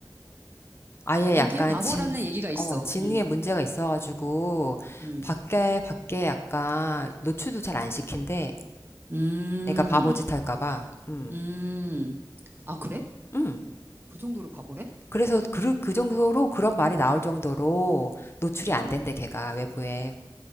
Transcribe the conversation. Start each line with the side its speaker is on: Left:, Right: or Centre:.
Left: 아예
Right: 어,
Left: 약간
Right: 걔 바보라는
Left: 진,
Right: 얘기가 있어.
Left: 어, 지능에
Right: 음,
Left: 문제가 있어가지고
Right: 음,
Left: 밖에, 밖에 약간 노출도 잘 안 시킨대.
Right: 음,
Left: 애가 바보짓 할까 봐. 음.
Right: 음. 아, 그래?
Left: 음.
Right: 그 정도로 바보래?
Left: 그래서 그, 그 정도로 그런 말이 나올 정도로 노출이
Right: 음.
Left: 안 된대, 걔가 외부에.